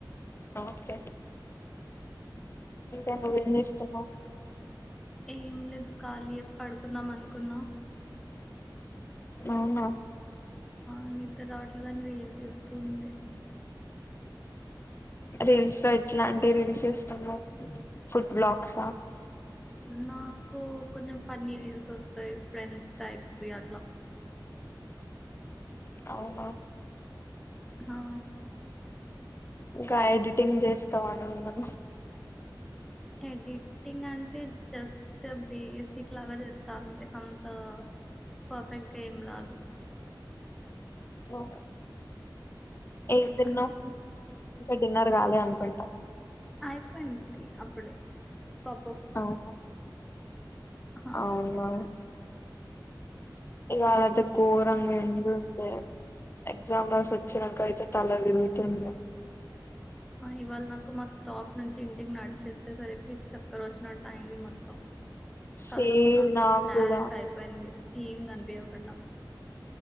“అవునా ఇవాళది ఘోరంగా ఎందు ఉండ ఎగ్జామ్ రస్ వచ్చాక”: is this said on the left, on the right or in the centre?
Left